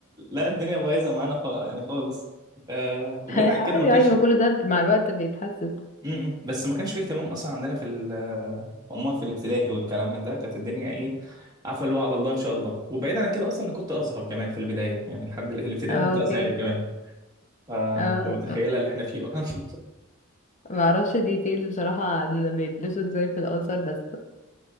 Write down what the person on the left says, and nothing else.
عادي
عادي ما كل ده مع الوقت بيتحسن
اه
اوكي
اه
ما اعرفش ديتيلز بصراحة عن بيلبسوا ازاي في الأزهر بس